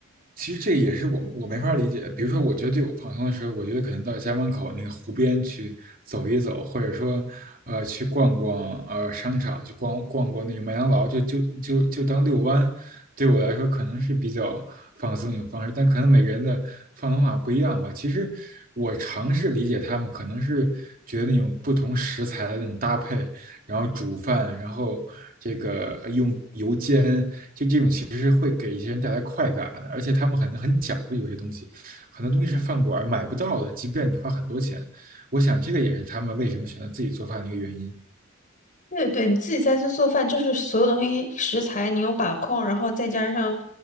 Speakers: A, on the right; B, on the left.
A: 其实这个也是我我没法理解。比如说，我觉得对我放松的时候，我觉得可能到家门口那个湖边去走一走，或者说，呃，去逛逛呃商场，去逛逛逛那个麦当劳，就就就就当遛弯，对我来说可能是比较放松一种方式。但可能每个人的放松法不一样吧。其实我尝试理解他们，可能是觉得那种不同食材的那种搭配，然后煮饭，然后这个呃用油煎，就这种其实是会给一些人带来快感的，而且他们很很讲究，有些东西，很多东西是饭馆买不到的，即便你花很多钱。我想这个也是他们为什么选择自己做饭的一个原因。
B: 对对，你自己在这做饭，就是所有东西食材你有把控，然后再加上，